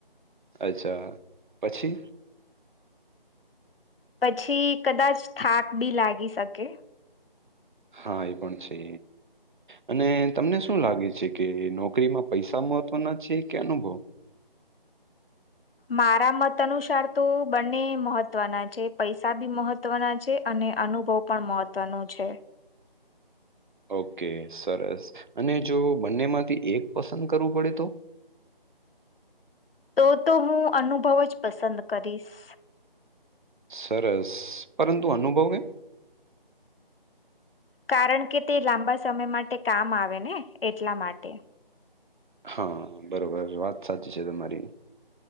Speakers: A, on the right; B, on the left.
A: અચ્છા, પછી?
B: પછી કદાચ થાક બી લાગી શકે.
A: હા એ પણ છે. અને તમને શું લાગે છે કે નોકરીમાં પૈસા મહત્વના છે કે અનુભવ?
B: મારા મત અનુસાર તો બંને મહત્વના છે. પૈસા બી મહત્વના છે અને અનુભવ પણ મહત્વનો છે.
A: ઓકે સરસ, અને જો બંનેમાંથી એક પસંદ કરવું પડે તો?
B: તો તો હું અનુભવ જ પસંદ કરીશ.
A: સરસ પરંતુ અનુભવ એ?
B: કારણ કે તે લાંબા સમય માટે કામ આવે ને એટલા માટે.
A: હા બરોબર વાત સાચી છે તમારી,